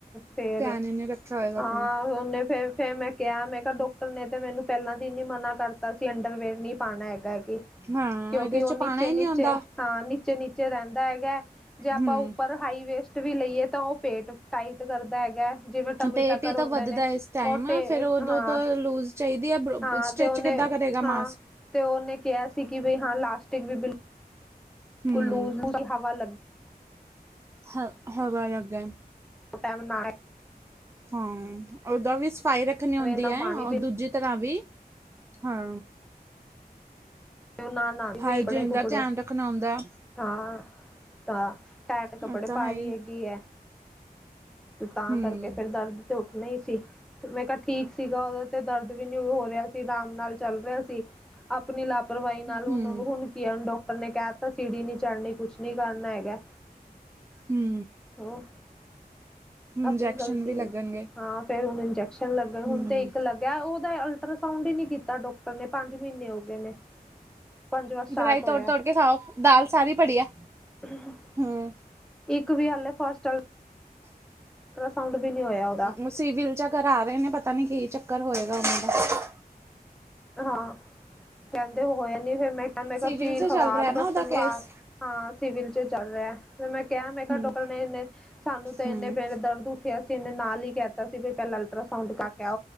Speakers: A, in the centre; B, on the right.
A: ਫੇਰ
B: ਧਿਆਨ ਹੀ ਨਹੀਂ ਰੱਖਿਆ ਹੋਏਗਾ
A: ਹਾਂ
B: ਆਪਣਾ
A: ਉਹਨੇ ਫੇਰ ਫਿਰ ਮੈਂ ਕਿਹਾ ਮੈਂ ਕਿਹਾ ਡਾਕਟਰ ਨੇ ਤੇ ਮੈਨੂੰ ਪਹਿਲਾਂ ਦੀ ਨ ਮਨਾ ਕਰਤਾ ਸੀ ਅੰਡਰਵੇਅਰ ਨੀ ਪਾਉਣਾ ਹੈਗਾ ਕਿ
B: ਹਾਂ
A: ਕਿਉਂਕਿ
B: ਇਹਦੇ
A: ਉਹ
B: ਚ
A: ਨੀਚੇ
B: ਪਾਣਾ ਹੀ
A: ਨੀਚੇ
B: ਨਹੀਂ ਆਉਂਦਾ
A: ਹਾਂ ਨੀਚੇ ਨੀਚੇ ਰਹਿੰਦਾ ਹੈਗਾ ਜੇ ਆਪਾਂ
B: ਹੂੰ
A: ਉੱਪਰ ਹਾਈ ਵੇਸਟ ਵੀ ਲਈਏ। ਤਾਂ ਉਹ ਪੇਟ ਟਾਈਟ ਕਰਦਾ ਹੈਗਾ। ਜਿਵੇਂ ਟਮੀ
B: ਪੇਟ
A: ਟੱਕਰ
B: ਹੀ
A: ਹੁੰਦੇ
B: ਤਾਂ ਵੱਧਦਾ
A: ਨੇ
B: ਇਸ ਟਾਈਮ
A: ਉਹ ਟੇ
B: ਫਿਰ ਉਦੋਂ
A: ਹਾਂ
B: ਤਾਂ ਲੂਜ ਚਾਹੀਦੀ ਆ
A: ਹਾਂ
B: ਸਟਿਚ
A: ਤੇ ਉਹਨੇ
B: ਕਿੱਦਾਂ ਕਰੇਗਾ
A: ਹਾਂ
B: ਮਾਸ
A: ਤੇ ਉਹਨੇ ਕਿਹਾ ਸੀ ਕਿ ਬਈ ਹਾਂ ਲਾਸਟਿਕ ਵੀ ਬਿਲ
B: ਹੂੰ,
A: ਲੂਜ਼ੂ ਹਵਾ ਲੱ
B: ਹ ਹਵਾ ਲੱਗਾ
A: ਟਾਈਮ ਨਾਲ
B: ਹਾਂ, ਉਹਦਾ ਵੀ ਸਫ਼ਾਈ ਰੱਖਣੀ ਹੁੰਦੀ
A: ਨਾ
B: ਐ
A: ਪਾਣੀ ਪੀ
B: ਦੂਜੀ ਤਰ੍ਹਾਂ ਵੀ ਹਾਂ
A: ਨਾ ਨਾਦੀ ਪਈ
B: ਹਾਈਜੀਨ
A: ਕੱਪੜੇ ਕੁਪੜੇ
B: ਦਾ ਧਿਆਨ ਰੱਖਣਾ ਹੁੰਦਾ,
A: ਹਾਂ। ਤਾਂ ਟੈਟ ਕੱਪੜੇ
B: ਉਹ ਤਾਂ
A: ਪਾ
B: ਹੈ
A: ਰਹੀ
B: ਈ।
A: ਹੈਗੀ ਐ। ਤੇ ਤਾਂ
B: ਹੂੰ,
A: ਕਰਕੇ ਫੇਰ ਦਰਦ ਤੇ ਉੱਠਣਾ ਹੀ ਸੀ ਤੇ ਮੈਂ ਕਿਹਾ ਠੀਕ ਸੀਗਾ ਉਹਦੇ ਤੇ ਦਰਦ ਵੀ ਨੀ ਹੋ ਰਿਹਾ ਸੀ। ਆਰਾਮ ਨਾਲ ਚੱਲ ਰਿਹਾ ਸੀ ਆਪਣੀ ਲਾਪਰਵਾਹੀ ਨਾਲ
B: ਹੂੰ,
A: ਹੁਣ ਹੁਣ। ਡਾਕਟਰ ਨੇ ਕਹਿ ਤਾਂ ਸੀੜੀ ਨੀ ਚੜਨੀ ਕੁਛ ਨੀ ਕਰਨਾ ਹੈਗਾ।
B: ਹੂੰ
A: ਹੋ। ਆਪਣੀ
B: ਇੰਜੈਕਸ਼ਨ
A: ਗ਼ਲਤੀ
B: ਵੀ ਲੱਗਣਗੇ।
A: ਏ ਹਾਂ ਫੇਰ ਹੁਣ ਇੰਜੈਕਸ਼ਨ ਲੱਗਣ
B: ਹੂੰ,
A: ਹੁਣ ਤੇ ਇੱਕ ਲੱਗ ਉਹਦਾ ਅਲਟਰਾਸਾਊਂਡ ਹੀ ਨੀ ਕੀਤਾ ਡਾਕਟਰ ਨੇ ਪੰਜ ਮਹੀਨੇ ਹੋ ਗਏ ਨੇ। ਪੰਜਵਾਂ ਸਟਾਰਟ
B: ਗਰਾਈ
A: ਹੋਇਆ
B: ਤੋੜ ਤੋੜ ਕੇ ਖਾਓ ਦਾਲ ਸਾਰੀ ਪੜੀ ਆ।
A: <inaudible>
B: ਹਾਂ,
A: ਇੱਕ ਵੀ ਹੱਲ ਐ ਫਸਟ ਸਾਊਂਡ ਵੀ ਨੀ ਹੋਇਆ ਉਹਦਾ।
B: ਉਹ ਸਿਵਿਲ ਜਾ ਕਰਾ ਰਹੇ ਨੇ ਪਤਾ ਨੀ ਕੀ ਚੱਕਰ ਹੋਏਗਾ ਉਹਨਾਂ ਦਾ।
A: ਹਾਂ, ਕਹਿੰਦੇ ਹੋਆ ਨੀ ਫਿਰ ਮੈਂ ਕਿਹਾ ਮੈਂ ਕਿਹਾ
B: ਸਿਵਿਲ
A: ਤੁਸੀਂ
B: ਚ
A: ਖਵਾ
B: ਚੱਲ ਰਿਹਾ
A: ਲਓ
B: ਨਾ
A: ਡਾਕਟਰ
B: ਉਹਦਾ ਕੇਸ,
A: ਆ। ਹਾਂ ਸਿਵਲ ਚ ਚੱਲ ਰਿਹਾ ਤੇ ਮੈਂ ਕਿਹਾ ਮੈਂ ਕਿਹਾ
B: ਹੂੰ।
A: ਡਾਕਟਰ ਨੇ ਇਨੇ ਸਾਨੂੰ ਤੇ
B: ਹੂੰ,
A: ਇੰਨੇ ਬੇਨ ਦਰਦ। ਉੱਠਿਆ ਸੀ ਇਹਨੇ ਨਾਲ ਹੀ ਕਹਿਤਾ ਸੀ ਵੀ ਪਹਿਲਾਂ ਅਲਟਰਾਸਾਊਡ ਕਰਕੇ ਆ